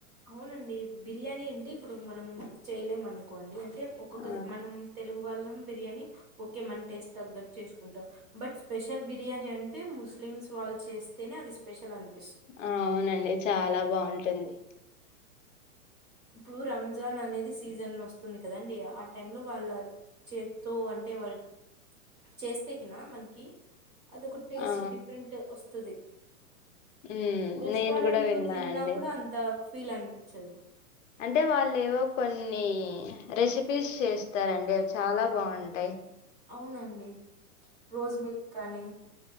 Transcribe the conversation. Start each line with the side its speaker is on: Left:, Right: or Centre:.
Right: అవునండి బిర్యానీ అంటే ఇప్పుడు మనం చేయలేం అనుకోండి అే అంటే ఒక్కొక్క
Left: ఆ
Right: మనం తెలుగు వాళ్ళం బిర్యానీ ఓకే మంట టేస్ట్ తగ్గట్టు చేసుకుంటాం బట్ స్పెషల్ బి బిర్యానీ అంటే ముస్లిమ్స్ వాళ్ళు చేస్తేనే అది స్పెషల్ అనిపి
Left: అవునండి చాలా బాగుంటుంది
Right: ఇప్పుడు రంజాన్ అనేది సీజన్ వస్తుంది కదాండి ఆ టై లో వాళ్ళ చేత్తో అంటే వాళ్ళ చేస్తే కనా మనకి అదొక టేస్ట్
Left: ఆ
Right: డిఫరెంట్ వస్తుంది పస్తుది
Left: హ్మ్
Right: <unintelligible> రెస్టారెంట్లు
Left: నేను గూడా విన్నా
Right: తిన్నా
Left: అండి.
Right: కూడా అంత ఫీల్ అనిపించదు
Left: అంటే వాళ్ళు ఏవో కొన్ని రెసిపీస్ చేస్తారండి అవి చాలా బాగుంటాయి
Right: అవునండి రోజ్ మిల్క్ కానీ